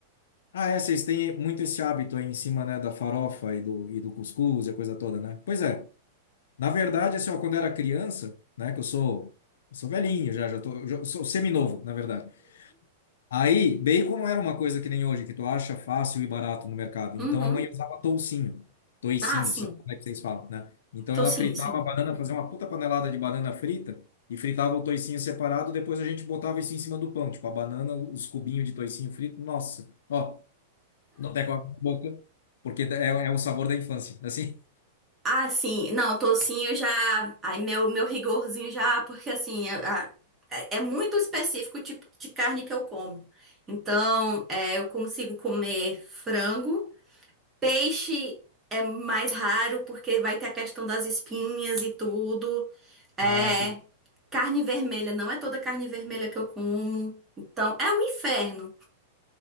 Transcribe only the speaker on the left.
Ah, é, vocês têm muito esse hábito aí em cima, né, da farofa e do, e do cuscuz e a coisa toda, né? Pois é. Na verdade, assim, ó, quando eu era criança, né, que eu sou, eu sou velhinho já, já tô, eu sou seminovo, na verdade. Aí, bacon não era uma coisa que nem hoje, que tu acha fácil e barato no mercado.
Então a mãe usava toucinho, toicinho,
sei lá como é que vocês falam, né? Então
ela fritava
a banana, fazia uma puta panelada de banana frita e fritava o toicinho separado, depois a gente botava isso em cima do pão, tipo a banana, os cubinhos de toicinho frito. Nossa, ó, tô até com a boca, porque é, é o sabor da infância, assim.
Ah, entendi.